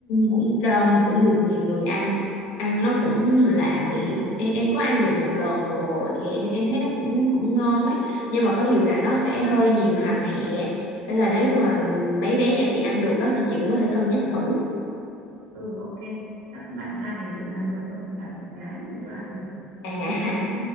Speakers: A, on the left; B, on the right.
A: cũng đông cũng được nhiều người ăn ăn nó cũng lạ miệng em em có ăn được một lần rồi thì em em thấy nó cũng cũng ngon ấy nhưng mà có điều là nó sẽ hơi nhiều hành hẹ nên là nếu như mà mấy bé nhà chị ăn được á thì chị cũng có thể cân nhắc thử
B: ừ ok chắc bạn trai nhà chị làm được hơn bạn gái thì chưa ăn được
A: à <laughs>
B: ok